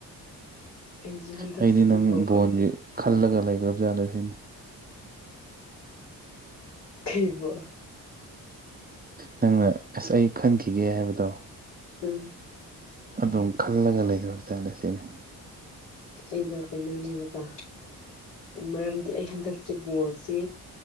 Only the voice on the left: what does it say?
ꯑꯩꯁꯦ ꯍꯟꯗꯛꯁꯤꯗꯤ
ꯋꯥꯔꯜ
ꯀꯞꯁꯦ
ꯏꯕꯨ
ꯎꯝ
ꯑꯩꯒ ꯀꯩꯅꯣꯅꯦꯕꯀ ꯃꯔꯝꯗꯤ ꯑꯩ ꯍꯟꯗꯛꯁꯦ ꯕꯣꯜꯁꯦ